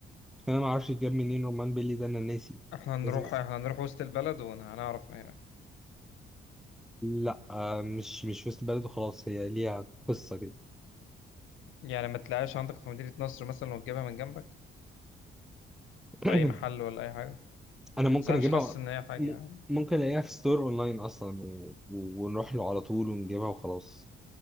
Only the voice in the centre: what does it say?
مش كده انا ما اعرفش بيجاب منين رمان بيلي ده انا ناسي
لازم أسأل.
لا آه، مش مش وسط بلد خلاص هي ليها قصه كده
<clears throat>
انا ممكن
اجيبها
م-
ممكن الاقيها في ستور اونلاين اصلا و... و- ونروح له على طول ونجيبها وخلاص